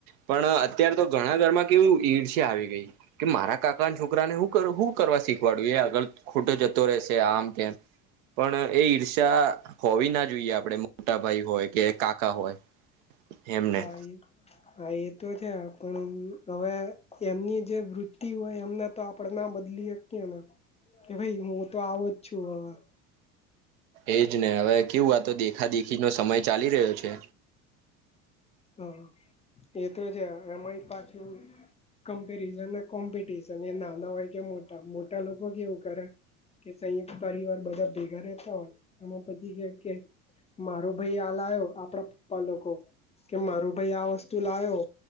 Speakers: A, on the right (about 70°); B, on the left (about 15°).
A: પણ અત્યારે તો ઘણા ઘર માં કેવું ઇર્ષા આવી ગઈ કે મારા કાકા છોકરાને હું હું કરવા શીખવાડું એ આગળ ખોટો જતો રહેશે આમ તેમ પણ એ ઈર્ષ્યા હોવી ના જોઈએ આપડે મોટા ભાઈ હોય કે કાકા હોય એમને
B: હા એ હા એ તો છે પણ હવે એમની જે વૃતિ હોય એમના તો આપડ ના બદલી હકીયેન કે ભાઈ હું તો આવોજ છું હવે
A: એજ ને હવે કેવું આતો દેખા દેખી નો સમય ચાલી રહ્યો છે
B: હા એ તો છે એમાંય પાછું કમ્પેરિઝન ને કોમ્પિટિશન એ નાના હોય કે મોટા મોટા લોકો કેવું કરે કે સંયુક્ત પરિવાર બધા ભેગા રહેતા હોય એમાં પછી કે કે મારું ભાઈ હાલ આવ્યો આપડા પપ્પા લોકો કે મારું ભાઈ આ વસ્તુ લાવો